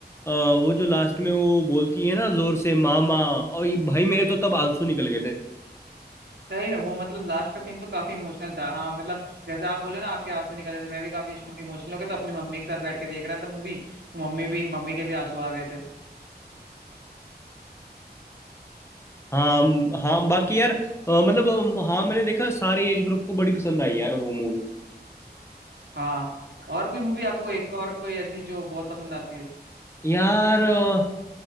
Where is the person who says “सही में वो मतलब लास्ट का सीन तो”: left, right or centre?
Right